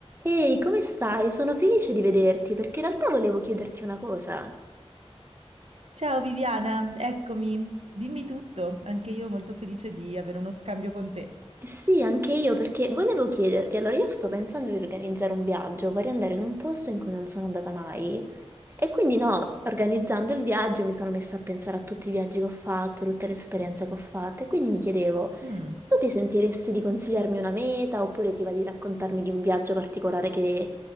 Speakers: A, on the right (about 20°); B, on the right (about 70°).
A: Ehi, come stai? Sono felice di vederti perché in realtà volevo chiederti una cosa.
B: Ciao Viviana, eccomi, dimmi tutto, anche io molto felice di avere uno scambio con te.
A: Eh sì, anche io perché volevo chiederti, allora io sto pensando di organizzare un viaggio, vorrei andare in un posto in cui non sono andata mai e quindi no, organizzando il viaggio mi sono messa a pensare a tutti i viaggi che ho fatto, tutte le esperienze che ho fatto e quindi mi chiedevo,
B: Mm.
A: tu ti sentiresti di consigliarmi una meta oppure ti va di raccontarmi di un viaggio particolare che,